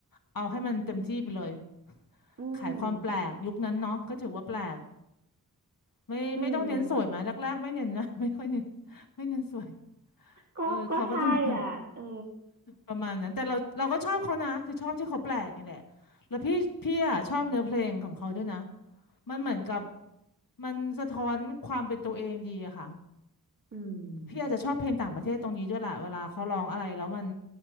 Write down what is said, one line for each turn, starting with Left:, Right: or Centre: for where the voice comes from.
Left: เอาให้มันเต็มที่ไปเลย
Right: อืม
Left: ขายความแปลกยุคนั้นเนาะก็ถือว่าแปลกไม่ไม่ต้องเน้นสวยมาแรกๆไม่เน้นนะ
Right: อืม
Left: <laughs> ไม่ค่อยเน้นไม่เน้นสวย
Right: ก็ก็ใช่อ่ะเออ
Left: เออเขาก็จะ <laughs> ประมาณนั้นแต่เราเราก็ชอบเขานะคือชอบที่เขาแปลกนี่แหละแล้วพี่พี่อ่ะชอบเนื้อเพลงของเขาด้วยนะมันเหมือนกับมันสะท้อนความเป็นตัวเองดีอะค่ะ
Right: อืม
Left: พี่อาจจะชอบเพลงต่างประเทศตรงนี้ด้วยแหละเวลาเขาร้องอะไรแล้วมัน